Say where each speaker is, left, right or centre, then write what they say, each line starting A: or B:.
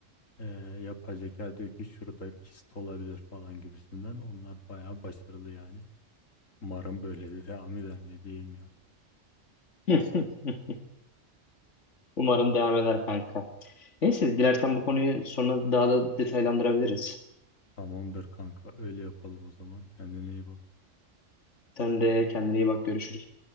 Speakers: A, on the left (about 80°); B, on the left (about 65°).
A: e, yapay zeka diyor ki şurada kist olabilir falan gibisinden onlar bayağı başarılı yani. Umarım böyle de devam eder ne diyeyim ya.
B: <laughs> Umarım devam eder kanka. Neyse dilersen bu konuyu sonra daha da detaylandırabiliriz.
A: Tamamdır kanka öyle yapalım o zaman kendine iyi bak.
B: Sen de kendine iyi bak görüşürüz.